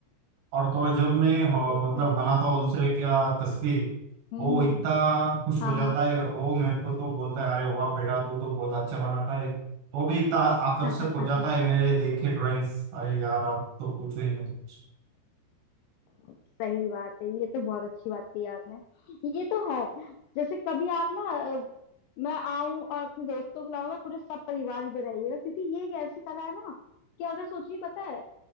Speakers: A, on the right (about 75°); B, on the left (about 80°).
A: और तो जब मैं हो,
B: ये
A: मतलब
B: तो है
A: बनाता हूँ दूसरे क्या तस्वीर
B: हम्म
A: वो
B: हम्म,
A: इतना खुश
B: हाँ
A: हो जाता है वो मेरे को तो बोलता है अरे वाह बेटा तू तो बहुत अच्छा बनाता है वो भी इतना आकर्षक
B: हाँ
A: हो जाता है मेरे देख के ड्राइंग्स अरे यार आप तो पूछो ही मत कुछ
B: <laughs> सही बात है ये तो बहुत अच्छी बात की आपने ये तो है जैसे कभी आप ना मैं आऊं और अपने दोस्तों को लाऊंगा पूरे सब परिवार भी बनाइएगा क्योंकि ये एक ऐसी कला है ना कि अगर सोचिए पता है